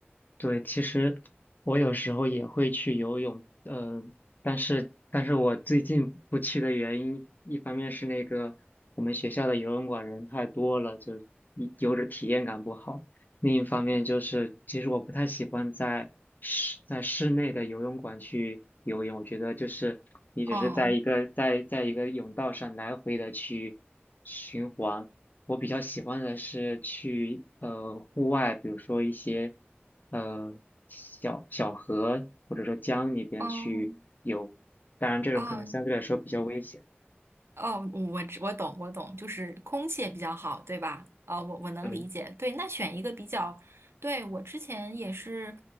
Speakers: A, on the left; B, on the right.
A: 对，其实我有时候也会去游泳，呃，但是但是我最近不去的原因，一方面是那个我们学校的游泳馆人太多了，就一游着体验感不好；另一方面就是，其实我不太喜欢在室在室内的游泳馆去游泳，我觉得就是你只是在一个在在一个泳道上来回的去循环。
B: 哦
A: 我比较喜欢的是去呃户外，比如说一些呃小小河或者说江里边去游，
B: 哦
A: 当然这种可能相对来说比较危险。
B: 哦，哦，我知我懂，我懂，就是空气也比较好，对吧？啊、我我能理解。
A: 对，
B: 对，那选一个比较，对，我之前也是，